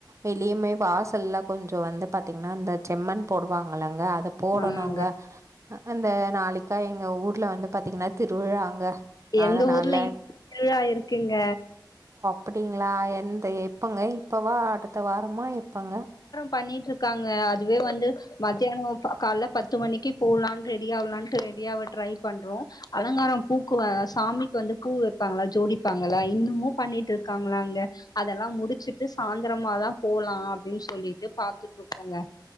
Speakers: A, on the right; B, on the left.
A: வெளியுமே வாசல்ல கொஞ்ச வந்து பாத்தீங்கன்னா இந்த செம்மன் போடுவாங்கலங்க அத் த போடணுங்க
B: ஆமாங்க
A: அ அந்த நாளைக்கா எங்க ஊர்ல வந்து பாத்தீங்கன்னா திருவிழாங்க
B: எங்க
A: அதனால
B: ஊர்ல இ திருவிழா இருக்குங்க
A: ப்டிங்கலா எந்த எப்பங்க இப்பவா அடு த்த வாரமா எப்பங்க
B: பண்ணிட்டிருக் க்காங்க அதுவே வந்து மத்யானம் பா கால்ல பத்து மணிக்கு போலான் ரெடியாவ்லான்டு ரெடியாவ ட்ரை பண்றோ அலங்காரம் பூக்குவ சாமிக்கு வந்து பூ வைப்பாங்க ஜோடிப்பாங்கல்ல இன்னுமு பண்ணிட்ருக்காங்களாங்க அதெல்லா முடிச்சிட்டு சாந்திரமாதா போலா அப்டின் சொல்லிட்டு பாத்துட்ருக்கோங்க